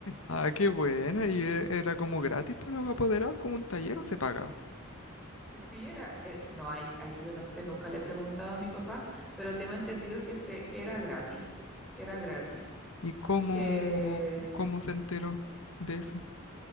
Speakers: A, on the left (about 85°); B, in the centre.
A: Ah, qué buena. Y e- era como gratis para los apoderados, como un taller o se pagaba.
B: Sí, era, eh, no, ahí, ahí yo no sé, nunca le he preguntado a mi papá, pero tengo entendido que, se, que era gratis, que era gratis,
A: ¿Y cómo,
B: que
A: cómo se enteró de eso?